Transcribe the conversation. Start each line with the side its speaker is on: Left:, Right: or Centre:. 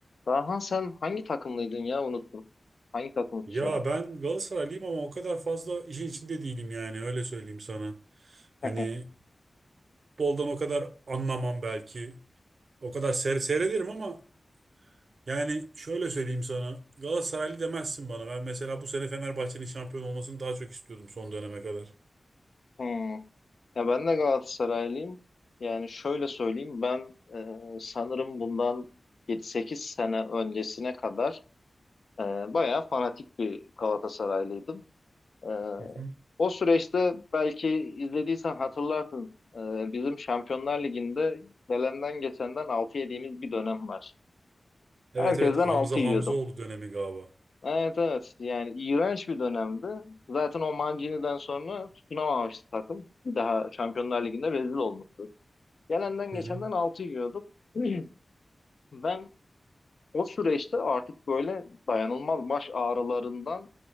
Left: Daha sen hangi takımlıydın ya unuttum. Hangi takımı tutuyordun?
Right: Ya ben Galatasaraylıyım ama o kadar fazla işin içinde değilim yani öyle söyleyeyim sana.
Left: <laughs>
Right: Hani futboldan o kadar anlamam belki. O kadar seyre- seyrederim ama yani şöyle söyleyeyim sana. Galatasaraylı demezsin bana. Ben mesela bu sene Fenerbahçe'nin şampiyon olmasını daha çok istiyordum son döneme kadar.
Left: Hmm. Ya ben de Galatasaraylıyım. Yani şöyle söyleyeyim ben e, sanırım bundan 7-8 sene öncesine kadar e, bayağı fanatik bir Galatasaraylıydım. E,
Right: Hı hı.
Left: o süreçte belki izlediysen hatırlarsın e, bizim Şampiyonlar Ligi'nde gelenden geçenden 6 yediğimiz bir dönem var.
Right: Evet
Left: Herkesten
Right: evet Hamza
Left: 6 yiyorduk.
Right: Hamza oldu dönemi galiba.
Left: Evet evet yani iğrenç bir dönemdi. Zaten o Mancini'den sonra tutunamamıştı takım. Bir daha Şampiyonlar Ligi'nde rezil olmuştu. Gelenden
Right: Hı
Left: geçenden
Right: hı.
Left: 6 yiyorduk. <clears throat> Ben o süreçte artık böyle dayanılmaz baş ağrılarından